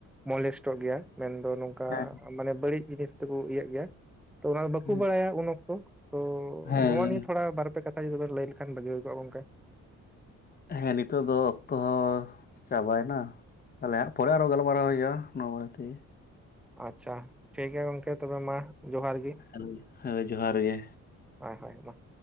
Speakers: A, in the centre; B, on the left.
A: ᱢᱚᱞᱮᱥᱴᱼᱚᱜ ᱜᱮᱭᱟ ᱢᱮᱱᱫᱚ ᱱᱚᱝᱠᱟ
B: ᱦᱮᱸ
A: ᱢᱟᱱᱮ ᱵᱟᱹᱲᱤᱡ ᱡᱤᱱᱤᱥ ᱛᱮᱠᱚ ᱤᱭᱟᱹᱜ ᱜᱮᱭᱟ ᱛᱚ ᱚᱱᱟ ᱫᱚ ᱵᱟᱹᱠᱩ
B: ᱦᱮᱸ
A: ᱵᱟᱲᱟᱭᱟ ᱩᱱ ᱚᱠᱛᱚ, ᱛᱚ
B: ᱦᱮᱸ
A: ᱱᱚᱣᱟ ᱱᱤᱭᱟᱹ ᱛᱷᱚᱲᱟ ᱵᱟᱨᱯᱮ ᱠᱟᱛᱷᱟ ᱡᱩᱫᱤ ᱵᱮᱱ ᱞᱟᱹᱭ ᱞᱮᱠᱷᱟᱱ ᱵᱷᱟᱹᱜᱤ ᱦᱩᱭ ᱠᱚᱜᱼᱟ ᱜᱚᱝᱠᱮ᱾
B: ᱦᱮᱸ ᱱᱤᱛᱚᱜ ᱫᱚ ᱚᱠᱛᱚ ᱦᱚᱸ ᱪᱟᱵᱟᱭᱱᱟ, ᱛᱟᱦᱚᱞᱮ ᱦᱟᱸᱜ ᱯᱚᱨᱮ ᱟᱨᱚ ᱜᱟᱞᱢᱟᱨᱟᱣ ᱦᱳᱭᱳᱜᱼᱟ ᱱᱚᱣᱟ ᱵᱟᱨᱮ ᱛᱮᱜᱮ᱾
A: ᱟᱪᱪᱷᱟ, ᱴᱷᱤᱠ ᱜᱮᱭᱟ ᱜᱚᱝᱠᱮ ᱛᱚᱵᱮ ᱢᱟ᱾ ᱡᱚᱦᱟᱨ ᱜᱮ
B: ᱦᱮᱞᱳᱣ᱾ ᱦᱳᱭ ᱡᱚᱦᱟᱨ ᱜᱮ᱾
A: ᱦᱳᱭ ᱦᱳᱭ ᱢᱟ᱾